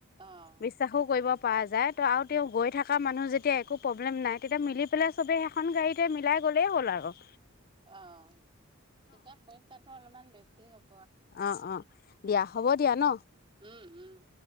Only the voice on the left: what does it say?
বিশ্বাসো কৰিব পোৱা যায় ত' আৰু তেওঁ গৈ থকা মানুহ যেতিয়া একো প্ৰব্লেম নাই তেতিয়া মিলি পেলাই
চবে সেখন গাড়ীত তে মিলাই গ'লেই হ'ল আৰু
অ', অ', দিয়া হ'ব দিয়া ন?